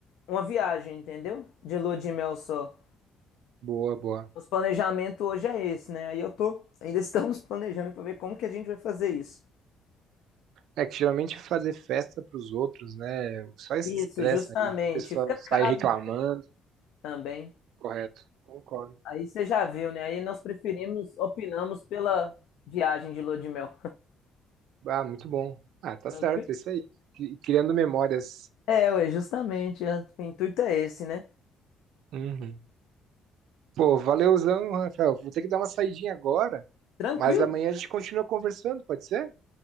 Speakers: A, on the left; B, on the right.
A: uma viagem, entendeu? De lua de mel só.
B: Boa, boa.
A: Os planejamento hoje é esse, né? Aí eu tô, ainda estamos <laughs> planejando pra ver como que a gente vai fazer isso.
B: É que geralmente fazer festa para os outros, né? Só esse
A: Isso,
B: estresse
A: justamente.
B: aí, o pessoal
A: Fica caro,
B: sai reclamando,
A: né, também.
B: correto? Concordo.
A: Aí você já viu, né? Aí nós preferimos, opinamos pela viagem de lua de mel.
B: Ah, muito bom. Ah, tá
A: Tranquilo?
B: certo, é isso aí. Cri- Criando memórias.
A: É, ué, justamente, é, o intuito é esse, né?
B: Uhum. Pô, valeuzão, Rafael. Vou ter que dar uma saidinha agora,
A: Tranquilo?
B: mas amanhã a gente continua conversando, pode ser?